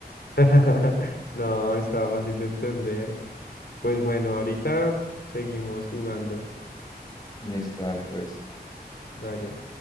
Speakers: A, on the left; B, on the left.
A: <laughs> No, estaba fácil de entender. Pues bueno, ahorita seguimos jugando.
B: Listo, dale, pues.
A: Dale.